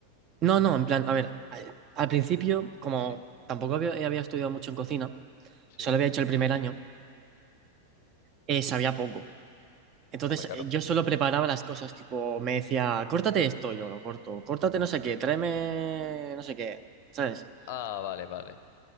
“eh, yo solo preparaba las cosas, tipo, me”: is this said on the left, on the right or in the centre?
Right